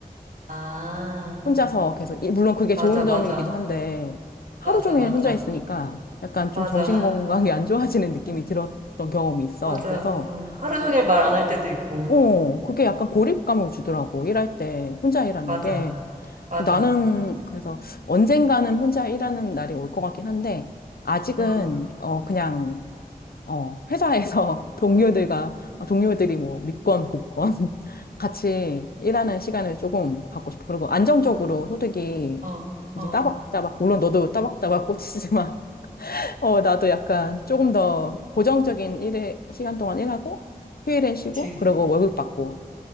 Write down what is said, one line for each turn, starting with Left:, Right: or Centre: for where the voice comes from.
Right: 아,
Left: 혼자서 계속, 이- 물론 그게
Right: 맞아,
Left: 좋은
Right: 맞아.
Left: 점이기도 한데, 하루
Right: 맞아,
Left: 종일
Right: 맞아.
Left: 혼자 있으니까 약간 좀
Right: 맞아,
Left: 정신 건강이
Right: <laughs>
Left: 안 좋아지는 느낌이 들었던 경험이 있어.
Right: 맞아.
Left: 그래서,
Right: 어, 하루 종일 말 안 할 때도 있고.
Left: 어, 그게 약간 고립감을 주더라고. 일할 때 혼자 일하는
Right: 맞아.
Left: 게.
Right: 맞아.
Left: 나는 그래서 언젠가는 혼자 일하는 날이 올 것 같긴 한데, 아직은,
Right: 어,
Left: 어, 그냥, 어, 회사에서 <laughs> 동료들과, 어, 동료들이 뭐 믿건 곱건 <laughs> 같이 일하는 시간을 조금 갖고 싶어. 그리고 안정적으로 소득이
Right: 어, 어,
Left: 이제 따박따박, 물론 너도 따박따박 꽂히지만, <laughs> 어, 나도 약간 조금 더 고정적인 일에, 시간 동안 일하고, 휴일에 쉬고,
Right: 그치.
Left: 그러고 월급 받고,